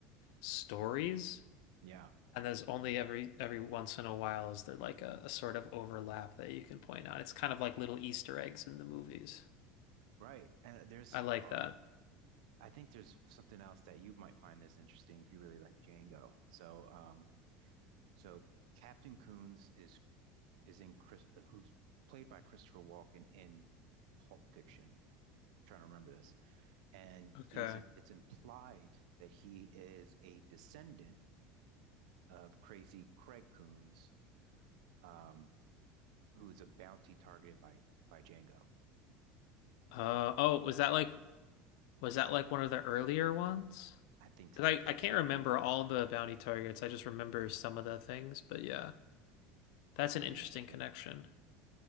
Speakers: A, on the left; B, on the right.
A: stories.
B: yeah,
A: And there's only every every once in a while is there like a, a sort of overlap that you can point out. It's kind of like little Easter eggs in the movies.
B: right. And there's
A: I like
B: um,
A: that.
B: I think there's something else that you might find this interesting if you really like Django. So um, so Captain Coons is is in Chris who's played by Christopher Walken in Pulp Fiction. trying to remember this. and
A: Okay.
B: he's it's implied that he is a descendant of Crazy Craig Coons, um, who's a bounty targeted by by Django.
A: Uh oh, was that like was that like one of the earlier ones?
B: I think
A: 'Cause I
B: I think
A: I can't
B: so.
A: remember all the bounty targets. I just remember some of the things, but yeah. That's an
B: Pretty
A: interesting
B: interesting.
A: connection.